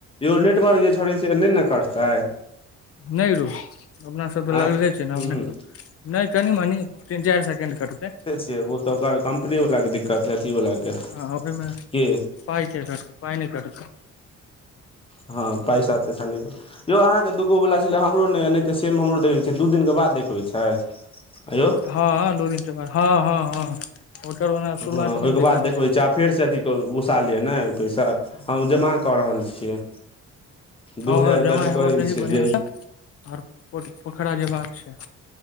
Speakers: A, on the left; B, on the left.
A: यौ नेटवर्क जे छोड़ै छै नय ने करतै
B: नय रौ अपनासभ तऽ
A: आँय
B: लगले छै ने
A: हूँ
B: अपने नय कनि मनि तीन चारि सेकेण्ड कटतै
A: से ओ तऽ ओकर कम्पनीवला के दिक्कत हइ अथी वलाके की
B: हँ ओहिमे पाइ किया करतै पाइ नय करतै
A: हँ पैसा तैसा नय कटतै यौ अहाँ के दूगो वला छलै हमरो नय नय तऽ सेम हमरो देखै छियै दू दिन के बाद देखबै छै आयौ
B: हँ दू दिन के बाद हँ हँ हँ ओकर ओना
A: हँ
B: शुरुआत
A: ओहिके
B: मे नय देखा
A: बाद देखबै
B: दै छै
A: आ फेरसँ अथी घुसा लिअ ने पैसा हम जमा कऽ रहल छियै
B: हूं
A: दू हजारके
B: ह जमा
A: अथी
B: हेब
A: करै
B: दही
A: छियै
B: बढ़िआसँ
A: जे
B: आर पो पोखरा जेबाक छै